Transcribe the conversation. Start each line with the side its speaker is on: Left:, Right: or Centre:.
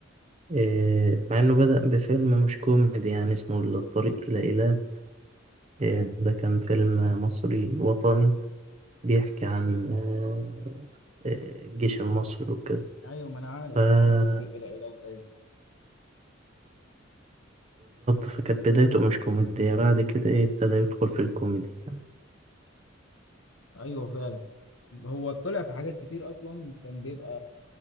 Right: آه، مع إنه بدأ بفيلم مش كوميدي يعني اسمه الطريق إلى إيلات آه، ده كان فيلم مصري وطني بيحكي عن آه، آه، الجيش المصري وكده
Left: ايوه ما انا عارف
Right: فبالظبط
Left: عارف الطريق الى ايلات ايوه
Right: فكانت بدايته مش كوميدية بعد كده إيه ابتدى يدخل في الكوميدي يعني
Left: ايوه فعلا هو طلع في حاجات كتير اصلا كان بيبقى